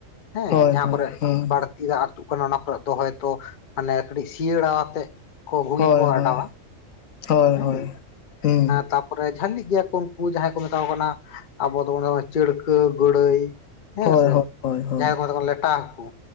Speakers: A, on the left; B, on the left.
A: ᱦᱮᱸ
B: ᱦᱳᱭ
A: ᱡᱟᱦᱟᱸ
B: ᱦᱳᱭ
A: ᱠᱚᱨᱮ
B: ᱦᱮᱸ
A: ᱵᱟᱲ ᱛᱤ ᱫᱟᱜ ᱟᱹᱛᱩᱜ ᱠᱟᱱᱟ ᱚᱱᱟ ᱠᱚᱨᱮ ᱫᱚ ᱦᱚᱭᱛᱚ ᱢᱟᱱᱮ ᱠᱟᱹᱴᱤᱡ ᱥᱤᱭᱟᱹᱲᱟ ᱟᱛᱮᱫ ᱜᱩᱜᱤ
B: ᱦᱳᱭ
A: ᱠᱚ
B: ᱦᱳᱭ
A: ᱟᱰᱟᱣᱟ
B: ᱦᱳᱭ
A: ᱦᱮᱸ
B: ᱦᱳᱭ ᱦᱩᱸ
A: ᱛᱟ ᱯᱚᱨᱮ ᱡᱟᱹᱞᱤᱜ ᱜᱮᱭᱟ ᱠᱚ ᱩᱱᱠᱩ ᱡᱟᱦᱟᱸᱭ ᱠᱚ ᱢᱮᱛᱟ ᱠᱚ ᱠᱟᱱᱟ ᱟᱵᱚ ᱫᱚᱵᱚᱱ ᱪᱟᱹᱲᱠᱟᱹ ᱜᱟᱹᱲᱟᱹᱭ ᱦᱮᱸ
B: ᱦᱳᱭ
A: ᱥᱮ
B: ᱦᱳᱭ ᱦᱳᱭ ᱦᱳᱭ
A: ᱡᱟᱦᱟᱸᱭ ᱠᱚ ᱢᱮᱛᱟ ᱠᱚ ᱞᱮᱴᱟ ᱦᱟᱹᱠᱩ